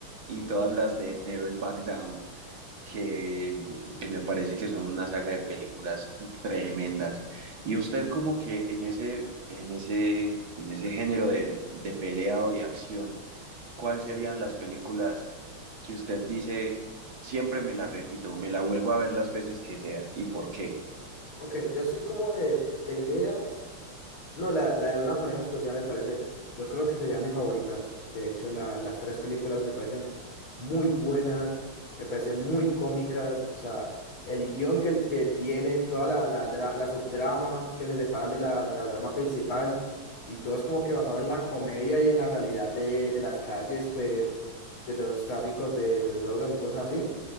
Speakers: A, on the right; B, on the left.
A: Y todas las de Never Back Down, que, que me parece que son una saga de películas tremendas. Y usted como que en ese, en ese, en ese género de, de pelea o de acción, ¿cuáles serían las películas que usted dice, siempre me la repito, me la vuelvo a ver las veces que sea y por qué?
B: Ok, yo así como de peleas. No, la, la de una pareja explosiva me parece, yo creo que sería mi favorita. De hecho, la- las tres películas me parecen muy buenas, me parecen muy cómicas. O sea, el guión que, que tienen, toda la, la, dra- la subdrama que se separan de la, la drama principal y todo es como que basado en la comedia y en la realidad de, de las calles, pues, de los tráficos de, de drogas y cosas así.